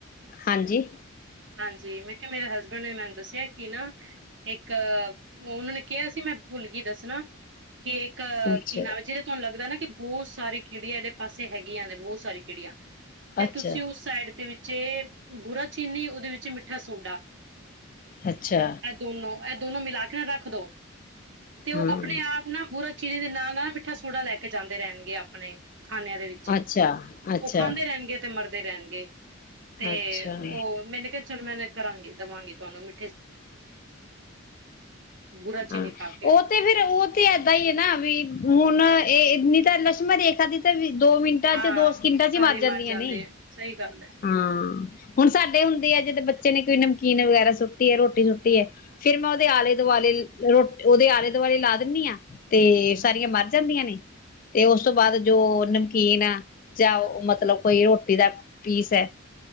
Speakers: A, on the left; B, on the right.
A: ਹਾਂਜੀ
B: ਹਾਂਜੀ ਮੈਂ ਕਿਹਾ ਮੇਰੇ ਹਸਬੈਂਡ ਨੇ ਮੈਨੂੰ ਦੱਸਿਆ ਕਿ ਨਾ ਇੱਕ ਉਹਨਾਂ ਨੇ ਕਿਹਾ ਸੀ ਮੈਂ ਭੁੱਲ ਗਈ ਦੱਸਣਾ ਕੇਕ
A: ਅੱਛਾ,
B: ਕੀ ਨਾਮ ਹੈ ਜਿਹੜੇ ਤੁਹਾਨੂੰ ਲੱਗਦਾ ਨਾ ਬਹੁਤ ਸਾਰੀ ਕੀੜੀਆਂ ਇਹਦੇ ਪਾਸੇ ਹੈਗੀਆਂ ਨੇ ਬਹੁਤ ਸਾਰੀ ਕੀੜੀਆਂ ਤੇ
A: ਅੱਛਾ,
B: ਤੁਸੀਂ ਉਸ ਸਾਈਡ ਦੇ ਵਿੱਚ ਜੇ ਬੁਰਾ ਚੀਨੀ ਉਹਦੇ ਵਿੱਚ ਮਿੱਠਾ ਸੋਡਾ
A: ਅੱਛਾ
B: ਇਹ ਦੋਨੋ ਇਹ ਦੋਨੋਂ ਮਿਲਾ ਕੇ ਨਾ ਰੱਖ ਦੋ ਤੇ ਉਹ
A: ਹਾਂ।
B: ਆਪਣੇ ਆਪ ਨਾ ਬੁਰਾ ਚੀਨੀ ਦੇ ਨਾਲ ਨਾਲ ਮਿੱਠਾ ਸੋਡਾ ਲੈ ਕੇ ਜਾਂਦੇ ਰਹਿਣਗੇ ਆਪਣੇ ਖਾਨਿਆਂ ਦੇ ਵਿੱਚ
A: ਅੱਛਾ, ਅੱਛਾ,
B: ਉਹ ਖਾਂਦੇ ਰਹਿਣਗੇ ਤੇ ਮਰਦੇ ਰਹਿਣਗੇ। ਗੇ ਤੇ
A: ਅੱਛਾ।
B: ਉਹ ਮੈਨੂੰ ਮੈਂ ਕਰਾਂਗੀ ਦਵਾਂਗੀ ਤੁਹਾਨੂੰ ਮ ਬੁਰਾ
A: ਹਾਂ
B: ਚੀਨੀ ਪਾ ਕੇ
A: ਉਹ ਤੇ ਫੇਿਰ ਉਹ ਤੇ ਏਦਾਂ ਹੀ ਹੈ ਨਾ ਵੀ ਹੁਣ ਇਹ ਇੰਨੀ ਤਾਂ ਲਕਸ਼ਮ ਰੇਖਾ ਦੇ ਵਿੱਚ ਦੋ ਮਿੰਟਾਂ
B: ਹਾਂ
A: ਚ ਦੋ ਸਕਿੰਟਾਂ ਚ ਹੀ
B: ਸਾਰੇ
A: ਮਰ ਜਾਂਦੀਆਂ
B: ਜਾਂਦੇ
A: ਨੇ।
B: ਆ ਸਹੀ ਗੱਲ ਹੈ
A: ਹਮ ਹੁਣ ਸਾਡੇ ਹੁੰਦੇ ਆ ਜਦੋਂ ਬੱਚੇ ਨੇ ਕੋਈ ਨਮਕੀਨ ਵਗੈਰਾ ਸੁੱਟੀ ਹੈ ਰੋਟੀ ਰੋਟੀ ਸੁੱਟੀ ਹੈ ਫੇਿਰ ਮੈਂ ਉਹਦੇ ਆਲੇ ਦੁਆਲੇ ਰੋ ਉਹਦੇ ਆਲੇ ਦੁਆਲੇ ਲਾ ਦਿੰਦੀ ਆਾਂ ਤੇ ਸਾਰੀਆਂ ਮਰ ਜਾਂਦੀਆਂ ਨੇ ਤੇ ਉਸ ਤੋਂ ਬਾਅਦ ਜੋ ਨਮਕੀਨ ਜਾਂ ਮਤਲਬ ਕੋਈ ਰੋਟੀ ਦਾ ਪੀਸ ਹੈ